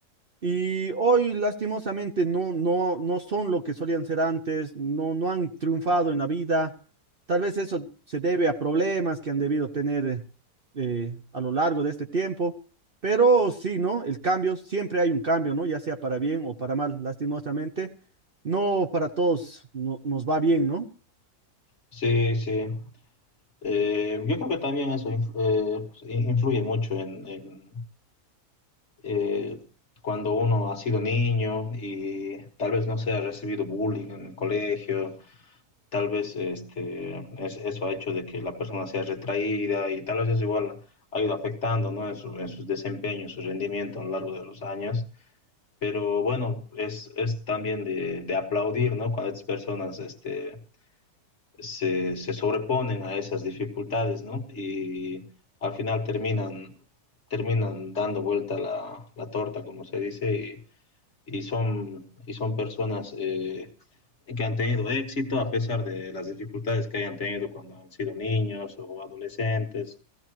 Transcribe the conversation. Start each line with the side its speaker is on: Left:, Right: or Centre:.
Right: y hoy lastimosamente no, no, no son lo que solían ser antes, no, no han triunfado en la vida. Tal vez eso se debe a problemas que han debido tener eh, a lo largo de este tiempo, pero sí, ¿no? El cambio, siempre hay un cambio, ¿no? Ya sea para bien o para mal, lastimosamente. No para todos no- nos va bien, ¿no?
Left: Sí, sí. Eh, yo creo que también eso inf- eh, influye mucho en, en, eh, cuando uno ha sido niño y tal vez no se ha recibido bullying en el colegio, tal vez este, es, eso ha hecho de que la persona sea retraída y tal vez eso igual ha ido afectando ¿no? en, su, en sus desempeños, su rendimiento a lo largo de los años. Pero bueno, es, es también de, de aplaudir ¿no? cuando estas personas este, se, se, sobreponen a esas dificultades ¿no? y al final terminan, terminan dando vuelta la, la torta, como se dice, y son, y son personas eh, que han tenido éxito a pesar de las dificultades que hayan tenido cuando han sido niños o adolescentes